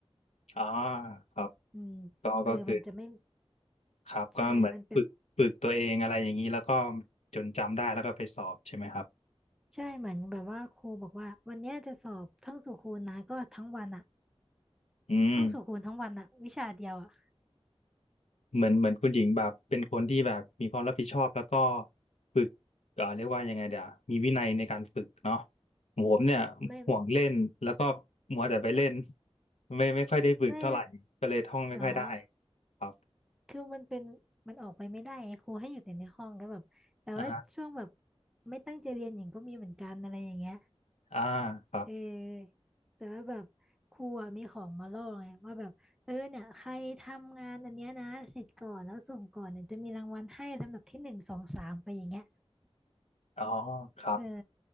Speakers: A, on the left (about 85°); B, in the centre.
A: <laughs> อ๋อครับ
B: อืมเออมันจะไม่
A: ก็ก็คือครับก็เหมือนฝึกฝึกตัวเองอะไรอย่างนี้แล้วก็
B: ใช่มันแบบ
A: จนจำได้แล้วก็ไปสอบใช่ไหมครับ
B: ใช่เหมือนแบบว่าครูบอกว่าวันเนี้ยจะสอบท่องสู่ครูนะก็ทั้งวันอะ
A: อืม
B: ท่องสู่ครูทั้งวันอะวิชาเดียวอะ
A: เหมือนเหมือนคุณหญิงแบบเป็นคนที่แบบมีความรับผิดชอบแล้วก็ฝึกเอ่อเรียกว่ายังไงเดี๋ยวมีวินัยในการฝึกเนาะผมเนี่ยห่วงเล่นแล้วก็
B: ไม่
A: มัวแต่ไปเล่นไม่ไม่ค่อยได้ฝึกเท่าไหร่ก็เลยท่องไม่ค่อยได้
B: ไม่หรอ
A: ครับ
B: คือมันเป็นมันออกไปไม่ได้ไงครูให้อยู่แต่ในห้องแล้วแบบแต่ว่าช่วงแบบ
A: อ่าฮะ
B: ไม่ตั้งใจเรียนหญิงก็มีเหมือนกันอะไรอย่างเงี้ย
A: อ่าครับ
B: เออแต่ว่าแบบครูอะมีของมาล่อไงว่าแบบเออเนี่ยใครทำงานอันเนี้ยนะเสร็จก่อนแล้วส่งก่อนเนี่ยจะมีรางวัลให้ลำดับที่หนึ่งสองสามไปอย่างเงี้ย
A: อ๋อครับ
B: เออ